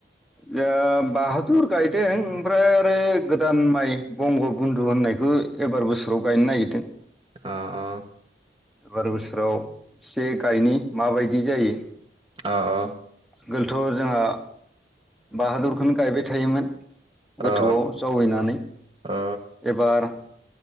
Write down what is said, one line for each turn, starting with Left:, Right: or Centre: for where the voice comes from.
Centre: दा बाहादुर गायदों ओमफ्राय आरो गोदान माइ बंग बन्दु होननायखौ एबार बोसोराव गायनो नागिरदों ।
Right: अ अ
Centre: एबार बोसोराव एसे गायनि माबायदि जायो ।
Right: अ अ
Centre: गोलथ' जोंहा बाहादुरखौनो गायबाय थायोमोन ।
Right: अ
Centre: गोथौआव जावैनानै
Right: अ
Centre: एबार